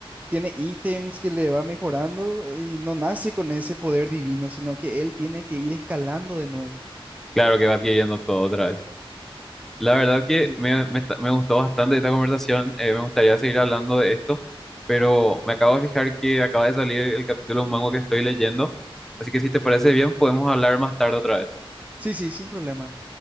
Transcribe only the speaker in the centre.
claro que va adquiriendo todo otra vez. La verdad que
me, me está- me gustó bastante esta conversación. eh, me gustaría seguir hablando de esto, pero me acabo de fijar que acaba de salir el capítulo de un mango que estoy leyendo. Así que si te parece bien, podemos hablar más tarde otra vez.